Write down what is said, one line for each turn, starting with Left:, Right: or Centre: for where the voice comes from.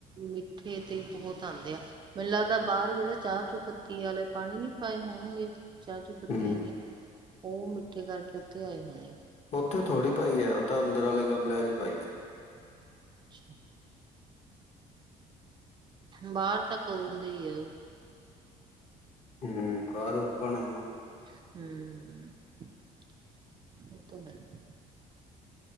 Right: ਮਿੱਠੇ ਤੇ ਬਹੁਤ ਆਉਂਦੇ ਆ ਮੈਨੂੰ ਲੱਗਦਾ ਬਾਹਰ ਜਿਹੜੇ ਚਾਹ ਚੂ ਪੱਤੀ ਵਾਲੇ ਪਾਣੀ ਨੀ ਪਾਏ ਹੋਣਗੇ ਚਾਹ ਚ
Left: ਹੂੰ,
Right: ਪਤੀਆਂ ਜੀ ਉਹ ਮਿੱਠੇ ਕਰਕੇ ਉੱਥੇ ਆਏ ਹੋਣੇ
Left: ਉੱਥੇ ਥੋੜੀ ਪਾਈ ਹੈ ਉਹ ਤਾਂ ਅੰਦਰ ਵਾਲੇ ਗਮਲਿਆਂ ਚ ਪਾਈ ਸੀ।
Right: ਅੱਛਾ ਬਾਹਰ ਤਾਂ ਕਦੋਂ ਦੇ ਹੀ ਆ
Left: ਹਮ ਬਾਰ ਉਪਣ ਨਾ
Right: ਹਮ